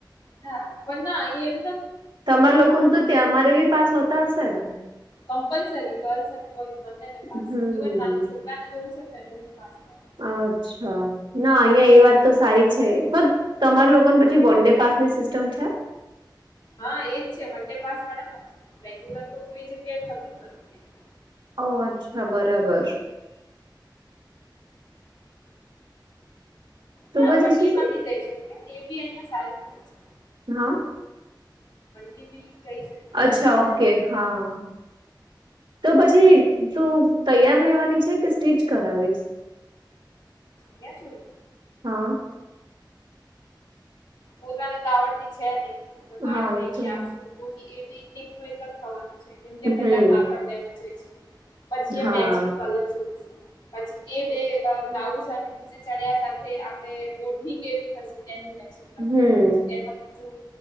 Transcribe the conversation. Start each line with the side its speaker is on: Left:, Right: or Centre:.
Left: હા પણ ના એવ
Right: તમારા લોકો ન તો અમારે બી પાસ હોતા હશે ને
Left: કમ્પલસરી ગર્લ્સ અને બોઈસ બંનેને પાસ
Right: હમ
Left: ઇવન ના છોકરાને જવું છે એમનો બી પાસ લેવાનો
Right: અચ્છા ના અહિયાં એ વાત તો સારી છે તમારા લોકો ને પછી વન ડે પાસ ની સિસ્ટમ છે
Left: હા એજ છે વન ડે પાસ વાળા માં છે રેંગ્યુલર તો કોઈ જગ્યાએ થતું જ નથી એવું.
Right: ઓ અચ્છા બરાબર. તો
Left: હા
Right: પછી
Left: મડલીમાં
Right: શું શું
Left: બી જઈ શકી એ બી અહિયાં સારું થાય છે.
Right: હા.
Left: મે બી <unintelligible> એ
Right: અચ્છા
Left: બી સારી
Right: ઓકે
Left: થાય છે.
Right: હા તો પછી તું તૈયાર લેવાની છે કે સ્ટીચ કરાવીશ
Left: ક્યાં છું
Right: હા
Left: પોતાને તો આવડતી છે નહીં બાર
Right: હા
Left: ક્યાંથી
Right: એ તો
Left: આપશું મોગી એ બી એકું એક જ થવાનું છે કેમકે
Right: હમ
Left: પેલા કાપડ લેવા જઈશું. પછી
Right: હા
Left: એ મેચિંગ કલર શોધશું. પછી એ બે બ્લાઉઝ અને નીચે ચણ્યા સાથે આપણે ઓઢણી કેવી થશે. એનું મેચિંગ કરશું
Right: હમ
Left: પછી એમાં બીજ